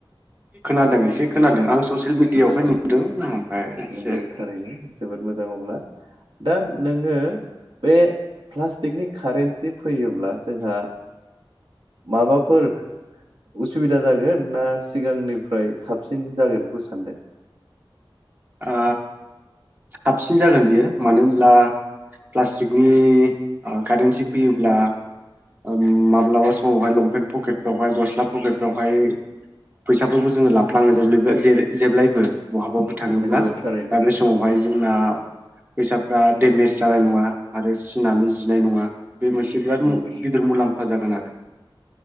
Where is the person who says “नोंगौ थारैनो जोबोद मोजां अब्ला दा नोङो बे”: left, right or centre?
Right